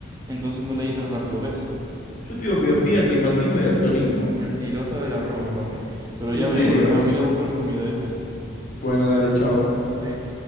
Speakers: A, on the right (about 20°); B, on the left (about 45°).
A: entonces no leí tan rápido, ¿ves?
B: Yo te digo miopía, timbatismo y daltonismo.
A: Mentirosa de la broma, papi. Pero ya
B: ¿En serio?
A: vengo, déjame ir a buscar mi comida, ¿viste?
B: Bueno, dale, chau.
A: vale